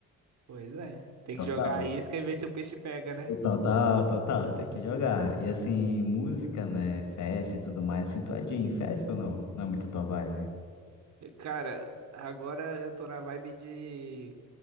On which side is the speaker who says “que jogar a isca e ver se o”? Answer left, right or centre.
Right